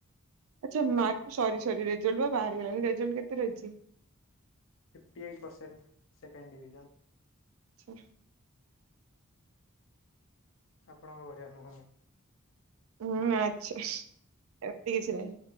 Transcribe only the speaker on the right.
ଆଚ୍ଛା ମାର୍କରି ରେଜଲ୍ଟ ବା ବାହାରିଗଲାଣି ରେଜଲ୍ଟ କେତେ ରହିଛି।
ଆଚ୍ଛା।
ହୁଁ ଆଛା ଏତିି କିଛି ନାହିଁ।